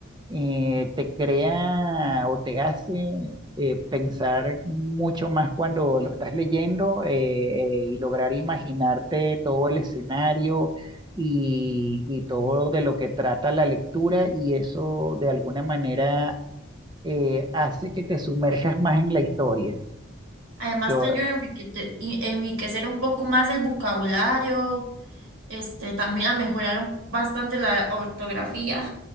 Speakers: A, on the right; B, on the right.
A: eh, te crea o te hace eh, pensar mucho más cuando lo estás leyendo eh, eh, y lograr imaginarte todo el escenario y, y todo de lo que trata la lectura y eso de alguna manera eh, hace que te sumerjas más en la historia.
B: Además
A: Yo,
B: te ayuda a enriquete- y- enriquecer un poco más el vocabulario, este, también a mejorar bastante la ortografía.